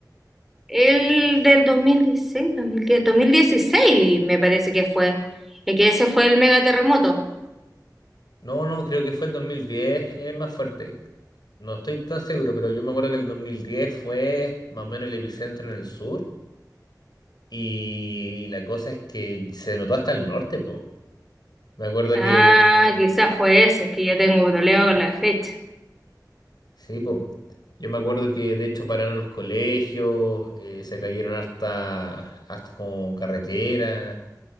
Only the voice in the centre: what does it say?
El del dos dos mil dieciséis, dos mil dieciséis, dos mil dieciséis, me parece que fue. El que ese fue el mega terremoto.
Ah,
quizás fue ese, es que yo tengo problema con la fecha.